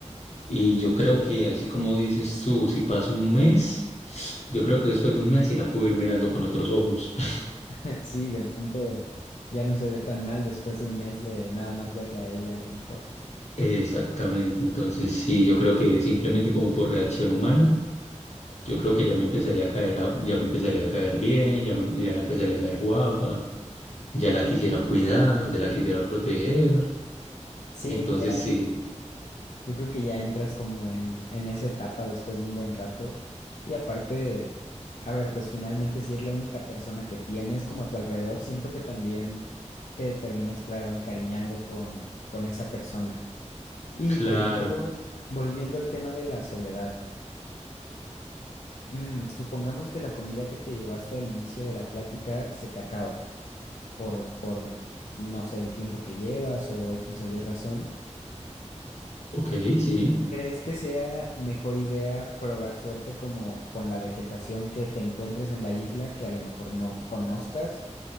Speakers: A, on the left; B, on the left.
A: Y yo creo que así como dices tú, si pasa un mes, yo creo que después de un mes sí la puedo ir mirando con otros ojos. <laughs>
B: <laughs> Sí, de pronto ya no se ve tan mal después de un mes de nada más verla a ella a lo mejor.
A: Exactamente, entonces sí, yo creo que simplemente como por reacción humana, yo creo que ya me empezaría a caer, a- ya me empezaría a caer bien, ya me, ya la empezaría a ver guapa. ya la quisiera cuidar, ya la quisiera proteger.
B: Sí,
A: Entonces sí,
B: Yo creo que ya entras como en, en esa etapa después de un buen rato. Y aparte, a ver, pues finalmente si es la única persona que tienes como a tu alrededor, siento que también te terminas, claro, encariñando con, con esa persona. Y
A: claro.
B: volviendo, volviendo al tema de la soledad, mm, supongamos que la comida que te llevaste al inicio de la plática se te acaba por, por, no sé, el tiempo que llevas o X o Y razón.
A: Ok, sí.
B: ¿Crees que sea mejor idea probar suerte como con la vegetación que te encuentres en la isla que a lo mejor no conozcas?